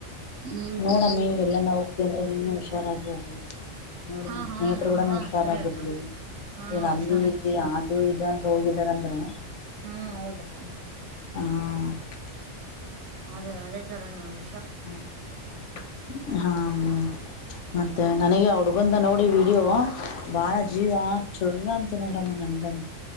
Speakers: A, on the right (about 70°); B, on the left (about 70°).
A: ಹ್ಮ್
B: ನೋಡಮ್ಮಿ ಎಲ್ಲನ ಹೋಗ್ತಿ ಅಂದ್ರೆ ನೀನು ಹುಷಾರಾಗಿ ಹೋಗು. ನೋಡು
A: ಹಾ
B: ನಿಮ್
A: ಹಾ
B: ಸ್ನೇಹಿತರು ಗೊಡನು
A: ಹಾ
B: ಹುಷಾರಾಗಿರ್ಲಿ
A: ಸರಿ ಅಕ್ಕ ಹಾ
B: ಈಗ
A: ಹುಷಾರಾಗಿ
B: ಅಲ್ಲಿ ಇಲ್ಲಿ ಅದು ಇದು ಅಂತ. ಹೋಗಿದಾರಂದ್ರೆ.
A: ಹ್ಮ ಹೌದಪ್ಪ.
B: <inaudible>
A: ಅದೇ ಅದೇ ತರನೆ ಅವು.
B: ಹ್ಮ ಹಾಮ್ ಮತ್ತೆ ನನಗೆ ಆ ಹುಡ್ಗಂದ ನೋಡಿ ವೀಡಿಯೋ ಬಾಳ ಜೀವ ಚುರ್ ಅಂತ ನೋಡಮ್ಮ ನಂದಂ